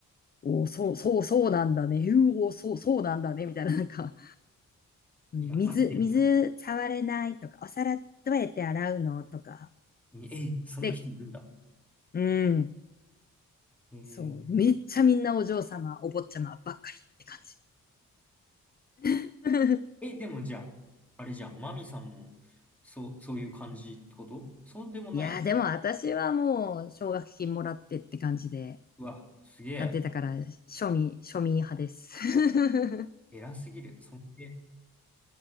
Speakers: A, on the left; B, in the centre.
A: おーそう、そう、そうなんだね。<laughs> うおー、そう、そうなんだね。みたいな、なんか、うん水、
B: いや、合ってるんだ。
A: 水触れないとか、お皿どうやって洗うのとか。
B: にえ、そんな人いるんだ。
A: で、うん、
B: へえ。
A: そう、めっちゃみんなお嬢様、お坊ちゃまばっかりって感じ。<laughs>
B: え、でもじゃあ、あれじゃん。マミさんも、そう、そういう感じってことそうでもない。
A: いやー、でも私はもう、奨学金もらってって感じで
B: うわ、すげえ。
A: やってたから、庶民、庶民派です。<laughs>
B: 偉すぎる。尊敬。